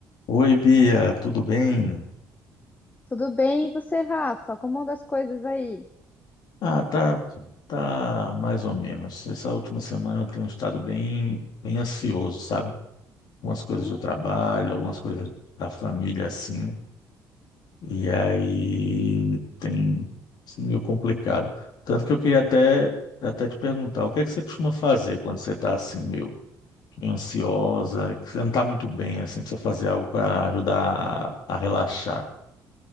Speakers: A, on the left; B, on the left.
A: Oi, Bia, tudo bem?
B: Tudo bem? E você, Rafa? Como anda as coisas aí?
A: Ah, tá, tá mais ou menos. Essa última semana eu tenho estado bem, bem ansioso, sabe? Algumas coisas
B: Hum,
A: do trabalho, algumas coisas da família, assim. E aí tem sido meio complicado. Tanto que eu queria até, até te perguntar, o que é que você costuma fazer quando você está assim, meio, meio ansiosa, que você não está muito bem, assim, precisa fazer algo para ajudar a, a relaxar?